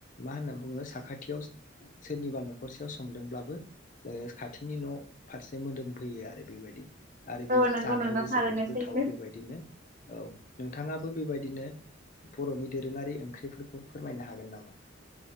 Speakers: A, on the left (about 40°); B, on the right (about 40°).
A: मा होनना बुंङो साखाथियाव सोरनिबा न'खरसेयाव संदोंब्लाबो ओ खाथिनि न' फारसे मोदोमफैयो आरो बे। बायदि आरो
B: औ
A: बे
B: नंगौ
A: जानायावबो
B: नोंथां थारैनो
A: जोबोद गोथाव
B: सैथो
A: बेबायदिनो औ नोंथाङाबो बे बायदिनो बर'नि दोरोङारि ओंख्रिफोरखौ फोरमायनो हागोन नामा?